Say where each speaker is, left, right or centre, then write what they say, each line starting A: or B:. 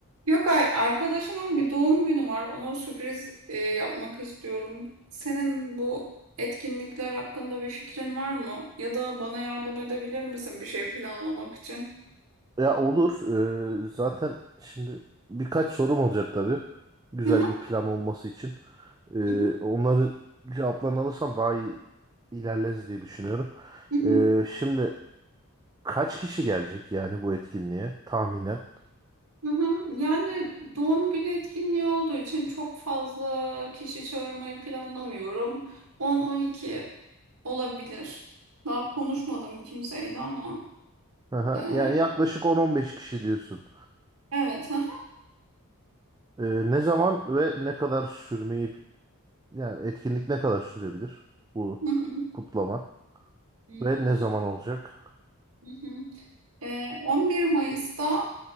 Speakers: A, on the right; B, on the right.
A: Yok ay arkadaşımın bir doğum günü var. Ona sürpriz e, yapmak istiyorum. Senin bu etkinlikler hakkında bir fikrin var mı? Ya da bana yardım edebilir misin bir şey planlamak için?
B: Ya olur. Ee, zaten şimdi birkaç sorum olacak tabii. Güzel
A: Hı hı,
B: bir plan olması için. Ee,
A: hı hı,
B: onları cevaplarını alırsam daha iyi ilerleriz diye düşünüyorum.
A: hı hı,
B: Ee, şimdi kaç kişi gelecek yani bu etkinliğe tahminen?
A: hı hı. Yani doğum günü etkinliği olduğu için çok fazla kişi çağırmayı planlamıyorum. 10-12 olabilir. Daha konuşmadım kimseyle ama.
B: Aha,
A: e,
B: yani yaklaşık 10-15 kişi diyorsun.
A: evet. hı
B: Ee, ne zaman ve ne kadar sürmeyi yani etkinlik ne kadar sürebilir bu
A: hı,
B: kutlama
A: hı hı.
B: ve ne zaman olacak?
A: Hı hı. Ee, 11 Mayıs'ta